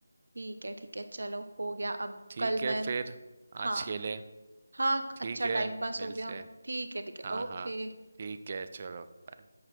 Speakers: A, on the right; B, on the right.
A: ठीक है ठीक है चलो हो गया अब
B: ठीक
A: कल
B: है
A: मैं
B: फिर
A: हाँ
B: आज के लिए
A: हाँ
B: ठीक
A: अच्छा
B: है
A: टाइम पास
B: मिलते
A: हो गया
B: हैं
A: ठीक है ठीक है
B: हाँ
A: ओके
B: हाँ ठीक है चलो बाय